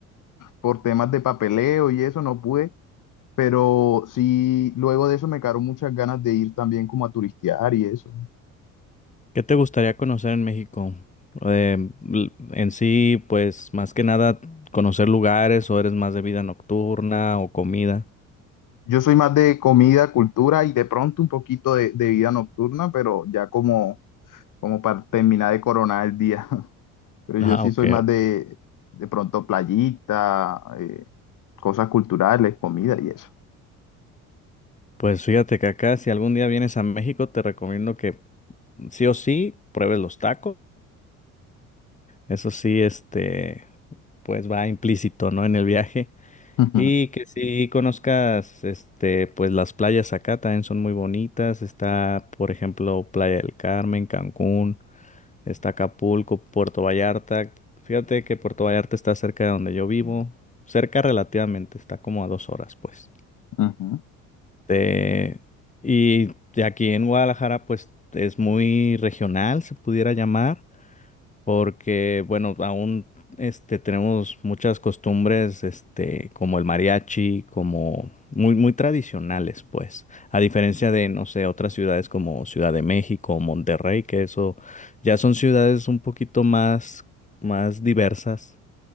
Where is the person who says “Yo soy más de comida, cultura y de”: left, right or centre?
Left